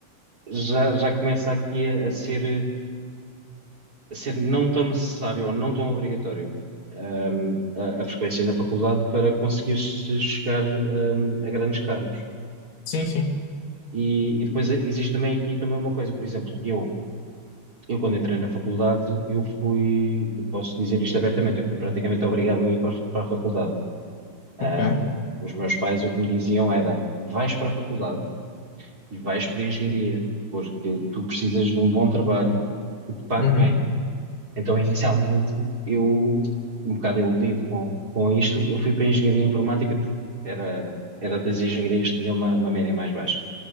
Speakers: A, on the right; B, on the left.
A: já, já começa aqui a, a ser, a ser não tão necessário ou não tão obrigatório. ahm, a, a frequência na faculdade para conseguir chegar, ahm, a grandes cargos.
B: Sim, sim.
A: E, e depois existe também aqui também uma coisa, por exemplo, eu, eu quando entrei na faculdade, eu fui, eu posso dizer isto abertamente, eu fui praticamente obrigado a ir para, a- para a faculdade. Ah,
B: Ok.
A: os meus pais o que me diziam era: vais para a faculdade e vais para a engenharia, porque tu precisas de um bom trabalho que te pague
B: Uhum.
A: bem. Então, inicialmente, eu, um bocado iludido com, com isto, eu fui para a engenharia informática, porque era, era das engenharias que tinha uma, uma média mais baixa.